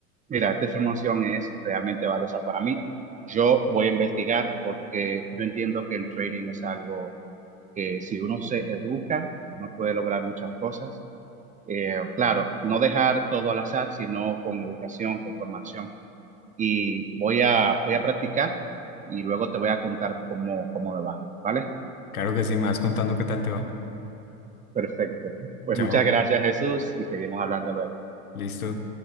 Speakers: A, on the right (about 20°); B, on the left (about 80°).
A: Mira, esta información es realmente valiosa para mí. Yo voy a investigar porque yo entiendo que el trading es algo que si uno se educa, uno puede lograr muchas cosas. Eh, claro, no dejar todo al azar, sino con educación, con formación. Y voy a, voy a practicar y luego te voy a contar cómo, cómo me va, ¿vale?
B: Claro que sí, me vas contando qué tal te va.
A: Perfecto. Pues
B: Chao,
A: muchas gracias, Jesús, y seguimos hablando luego.
B: listo.